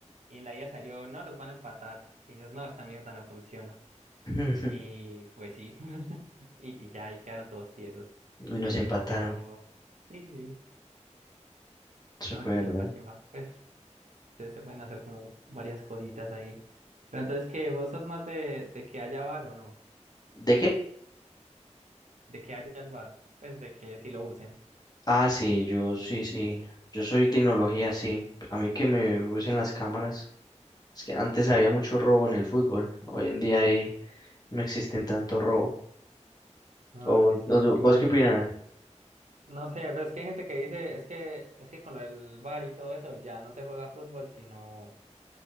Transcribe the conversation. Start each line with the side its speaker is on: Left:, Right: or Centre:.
Right: y la IA salió, no, los van a empatar. Y ellos, no, esta mierda no funciona.
Left: <laughs>
Right: Y pues sí, <laughs> y, y ya ahí quedaron todos tiesos.
Left: Y nos empataron.
Right: Pero sí, sí,
Left: Eso
Right: no,
Left: fue
Right: chimba,
Left: verdad.
Right: chimba. Pues se, se pueden hacer como varias cositas ahí. Pero entonces, ¿qué? ¿Vos sos más de, de que haya bar o no?
Left: ¿De qué?
Right: De que haya el bar, pues de que sí lo usen.
Left: Ah, sí, yo sí, sí. Yo soy tecnología, sí. A mí que me usen las cámaras. Es que antes había mucho robo en el fútbol. Hoy en día ahí no existen tanto robo.
Right: Ah,
Left: ¿O
Right: dale, sí.
Left: o-
Right: Igual,
Left: vos qué opinas?
Right: no sé, pues es que hay gente que dice, es que, es que con el bar y todo eso ya no se juega fútbol, sino,